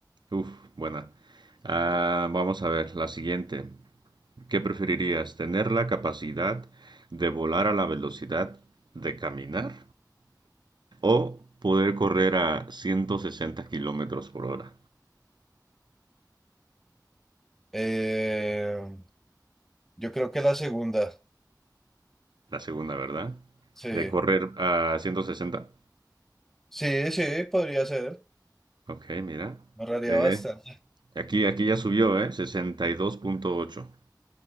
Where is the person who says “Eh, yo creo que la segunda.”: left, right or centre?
Centre